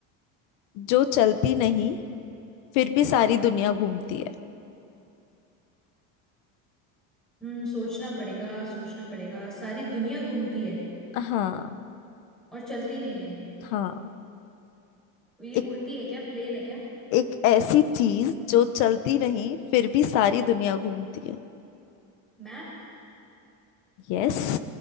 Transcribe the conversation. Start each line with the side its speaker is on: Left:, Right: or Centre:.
Left: जो चलती नहीं फिर भी सारी दुनिया घूमती है
Centre: हम्म सोचना पड़ेगा सोचना पड़ेगा सारी दुनिया घूमती है
Left: हाँ
Centre: और चलती नहीं है
Left: हाँ
Centre: ये
Left: एक
Centre: उड़ती है क्या प्लेन है क्या
Left: एक ऐसी चीज जो चलती नहीं फिर भी सारी दुनिया घूमती है
Centre: Map
Left: यस